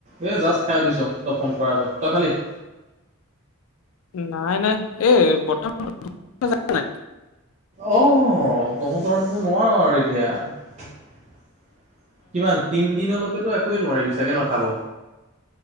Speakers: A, on the right; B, on the left.
A: এই জাষ্ট খাই উঠিছ তই ফোন কৰাৰ আগত তই খালি। <inaudible>
B: নাই, নাই এ বৰ্তমান নাই।
A: অহ তহঁতৰো নোৱাৰো আৰু এতিয়া। কিমান তিনদিনলৈকেতো একোৱেই নোৱাৰিবি চাগে ন' খাব।